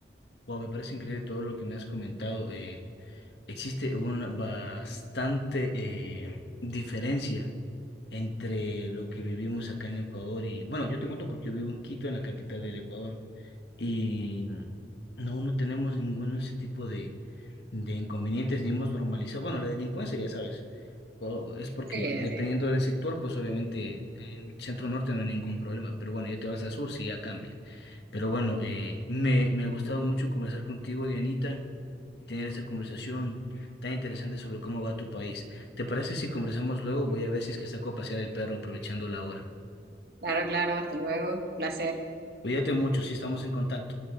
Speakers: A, on the left; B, on the right.
A: Wow, me parece increíble todo lo que me has comentado. eh, existe una bastante eh, diferencia entre lo que vivimos acá en Ecuador y, bueno, yo te cuento porque yo vivo en Quito, en la capital del Ecuador, y no, no tenemos ninguno de ese tipo de, de inconvenientes ni hemos normalizado. Bueno, la delincuencia, ya sabes, o- es porque
B: Sí, eh,
A: dependiendo del sector, pues obviamente en Centro Norte no hay ningún problema, pero bueno, ya te vas a Sur, sí ya cambia. Pero bueno, eh, me, me ha gustado mucho conversar contigo, Dianita, y tener esta conversación tan interesante sobre cómo va tu país. ¿Te parece si conversamos luego? Voy a ver si es que saco a pasear el perro aprovechando la hora.
B: claro, claro, hasta luego. Placer.
A: Cuídate mucho, sí estamos en contacto.